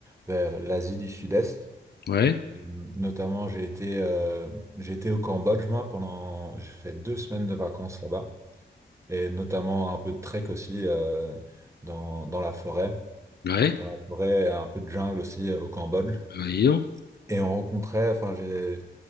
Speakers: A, on the right (about 15°); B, on the left (about 60°).
A: vers l'Asie du Sud-Est.
B: ouais,
A: Euh, Notamment, j'ai été, euh, j'ai été au Cambodge, moi, pendant, j'ai fait deux semaines de vacances là-bas et notamment un peu de trek aussi euh, dans, dans la forêt,
B: ouais,
A: dans la forêt, un peu de jungle aussi euh, au Cambodge.
B: bah dis donc,
A: Et on rencontrait, enfin j'ai